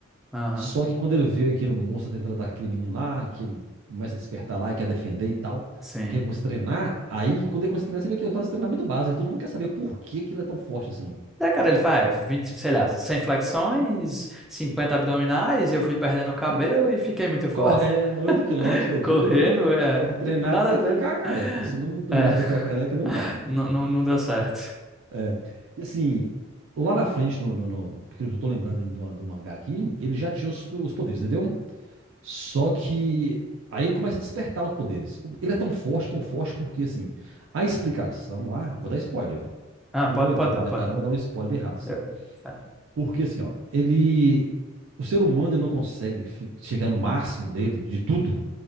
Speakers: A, in the centre; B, on the right.
A: Aham.
B: Só que quando ele vê aquele monstro tentando atacar aquele menino lá, que ele começa a despertar lá e quer defender e tal,
A: Sim.
B: que ele começa a treinar, aí quando ele começa a treinar, você vê que ele faz treinamento básico, e todo mundo quer saber por que que ele é tão forte assim.
A: É, cara, ele faz 20 sei lá, 100 flexões, 50 abdominais, e eu fui perdendo o cabelo
B: É,
A: e fiquei muito forte.
B: correndo
A: <laughs>
B: 8 km todo dia,
A: Correndo, é,
B: você tem que treinar
A: tipo, nada
B: até
A: a ver.
B: ficar careca. Se não treinar
A: É,
B: até ficar careca, não
A: <laughs>
B: vale.
A: não, não, não deu certo.
B: É. E assim, lá na frente, no, no- no- porque eu tô lembrando ainda do, do mangá aqui, ele já tinha os, super- os poderes, entendeu? Só que aí ele começa a despertar os poderes. O- Ele é tão forte, tão forte, porque assim, a explicação lá, vou dar spoiler, viu?
A: Ah,
B: Eu
A: pode,
B: não vou entrar
A: pode
B: muito
A: dar, pode
B: em detalhe,
A: dar.
B: mas vou dar um spoiler bem rápido, assim.
A: Eu, tá.
B: Porque assim, ó, ele. O ser humano ele não consegue fi- chegar no máximo dele, de tudo,